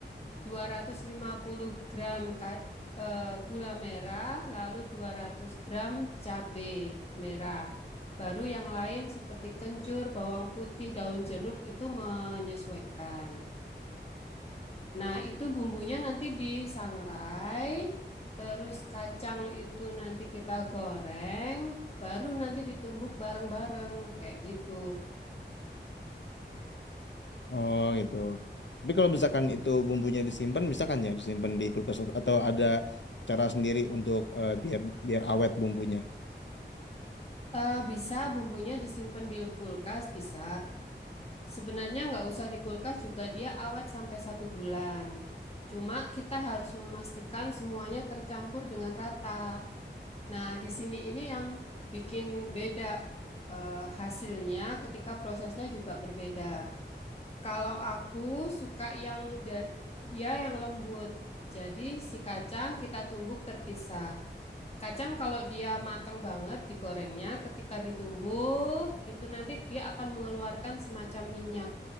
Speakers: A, on the left; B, on the left.
A: 250 gram ka- eh, gula merah, lalu 200 gram cabai merah. Baru yang lain seperti kencur, bawang putih, daun jeruk itu menyesuaikan. Nah, itu bumbunya nanti disangrai, terus kacang itu nanti kita goreng, baru nanti ditumbuk bareng-bareng kayak gitu.
B: Oh, gitu. Tapi kalau misalkan itu bumbunya disimpan, misalkan ya disimpan di kulkas at- atau ada cara sendiri untuk eh, biar biar awet bumbunya.
A: Eh, bisa bumbunya disimpan di kulkas, bisa. Sebenarnya nggak usah di kulkas juga dia awet sampai satu bulan. Cuma kita harus memastikan semuanya tercampur dengan rata. Nah, di sini ini yang bikin beda eh, hasilnya ketika prosesnya juga berbeda. Kalau aku suka yang ja- dia yang lembut. Jadi si kacang kita tumbuk terpisah. Kacang kalau dia mateng banget digorengnya, ketika ditumbuk itu nanti dia akan mengeluarkan semacam minyak.